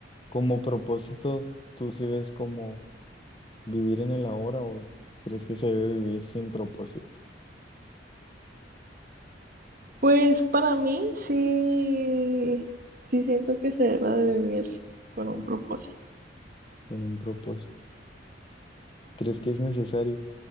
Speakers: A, on the left (about 30°); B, on the right (about 50°).
A: como propósito, ¿tú sí ves como vivir en el ahora o crees que se debe vivir sin propósito,
B: Pues para mí sí, sí siento que se debe de vivir con un propósito.
A: con un propósito? ¿Crees que es necesario?